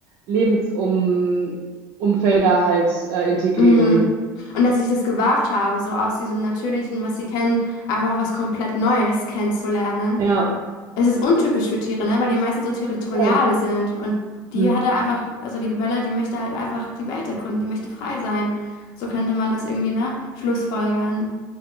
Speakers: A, on the right (about 60°); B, on the left (about 65°).
A: Lebensumfelder halt äh, integrieren.
B: Mhm. Und dass sie sich das gewagt haben, so aus diesem Natürlichen, was sie kennen, einfach was komplett Neues kennenzulernen.
A: Ja.
B: Es ist untypisch für Tiere, ne? Weil die meisten so territorial
A: Voll.
B: sind. Und die
A: Mhm.
B: hat er einfach, also die Libelle, die möchte halt einfach die Welt erkunden, die möchte frei sein. So könnte man das irgendwie, ne? Schlussfolgern.